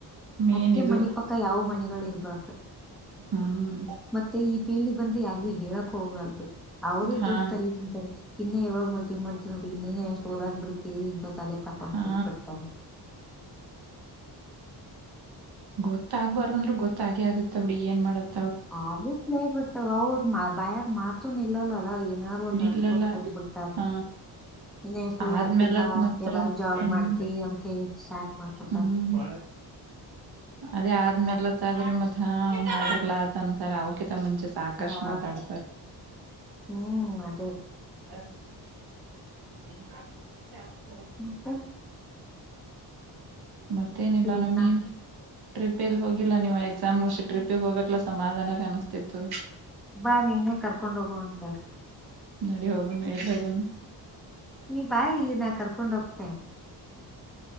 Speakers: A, on the right; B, in the centre.
A: ಮೇನ್
B: ಅದಕ
A: ಇದು
B: ಮನಿ ಪಕ್ಕ ಯಾವ ಮನಿಗಳ ಇರ್ಬಾರ್ದು
A: ಹ್ಮ್
B: ಮತ್ತೆ ಈ ಪೀಳಿ ಬಂದ್ರೆ ಯಾರಿಗೂ ಹೇಳಕ್ ಹೋಗ್ಬಾರ್ದು ಅವ್ರೇ
A: ಹಾ
B: ದುಡ್ ತಲಿತಂತ ಇನ್ನೇ ಯಾವಾಗ ಮದವಿ ಮಾಡ್ತನ ನ ಹಡ್ಗಿಗೆ ಇನ್ನನೆ ಎಷ್ಟುೋದಾ್ ಬಿಡತತಿ ಇಂತ ತಲೆ <unintelligible> ತಕೊೊಂಡ
A: ಹಾ
B: ಗೊತ್ಬಿಡ್ತಾರೆ <unintelligible>
A: ಗೊತ್ತಾಗಬಾರ್ದಂದ್ರರು ಗೊತ್ತಾಗೆ ಆಗತ್ತ ಬಿಡು ಏನ್ ಮಾಡದ
B: ಆಗತ್ಲೇ ಬಟ್ ಅವ್ರ ಬಯಾಗ ಮಾತೂನು ನಿಲ್ಲಲಲ ಏನ್ ನಾರು ಒಂದ್ ಅನ್ಕೊತ್
A: ಇಲ್ಲಲ್ಲ
B: ಕೂತ್ ಬಿಡ್ತಾರ
A: ಹ
B: ಇನ್ ಎಷ್ಟು
A: ಆದ್ಮೇಲತ್
B: ಓದ್ತಿಪಾ
A: ಮತ್ರ
B: ಯಾವಾಗ ಜಾಬ್
A: ಹ್ಮ್
B: ಮಾಡ್ತಿ ಅಂತಿ ಸ್ಟಾರ್ಟ್ ಮಾಡ್ಕೊತಾರ
A: ಹ್ಮ್ ಅದೇ ಆದ್ಮೇಲತ್ ಆದ್ರೆ ಮತ್ ಮಾಡ್ರಲ್ಲಾತಂತಾರ ಅವರ್ ಕಿಂತ ಮುಂಚೆ ಸಾಕಷ್ಟ್
B: ಹಾ
A: ಮಾತಾಡ್ತಾರ
B: ಹ್ಮ್ ಅದೇ
A: ಹ <unintelligible> ಾ <unintelligible>
B: ಮತ್ತ
A: ಮತ್ತೇನಿಲ್ಲ ನೋ
B: ಇನ್ನ
A: ನೀವು ಟ್ರಿಪಿಯಲ್ಲಿ ಹೋಗಿಲ್ಲ ನೀವು ಎಕ್ಸಾಮ್ ಮುಗಿಸಿ ಟ್ರಿಪಿ ಹೋಗಬೇಕಲ್ಲ ಸಮಾಧಾನ ಕನಿಸ್ತಿತ್ತು
B: ಬಾ ನೀನೇ ಕರ್ಕೊಂಡ ಹೋಗುವಂತೆ
A: ನಡಿ ಹೋಗನು ಎಲ್ಲಿ ಹೋಗನು
B: ನೀ ಬಾಯಿ ಇಲ್ಲಿ ನಾ ಕರ್ಕೊಂಡ್ ಹೋಗ್ತೀನಿ